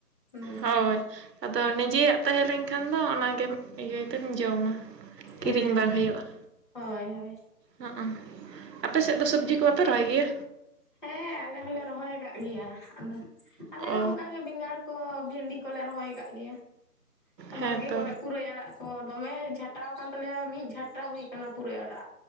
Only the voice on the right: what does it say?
ᱦᱳᱭ ᱟᱫᱚ ᱱᱤᱡᱮᱭᱟᱜ ᱛᱟᱦᱮᱸ ᱞᱮᱱᱠᱷᱟᱱ ᱫᱚ ᱚᱱᱟᱜᱮᱢ ᱤᱭᱟᱹᱭ ᱛᱮᱢ ᱡᱚᱢᱟ
ᱠᱤᱨᱤᱧ ᱵᱟᱝ ᱦᱚᱭᱳᱜᱼᱟ᱾
ᱦᱚᱸᱜ ᱚ ᱟᱯᱮ ᱥᱮᱫ ᱫᱚ ᱥᱚᱵᱡᱤ ᱠᱚ ᱵᱟᱯᱮ ᱨᱚᱦᱚᱭ ᱜᱮᱭᱟ?
ᱚ
ᱦᱮᱸᱛᱚ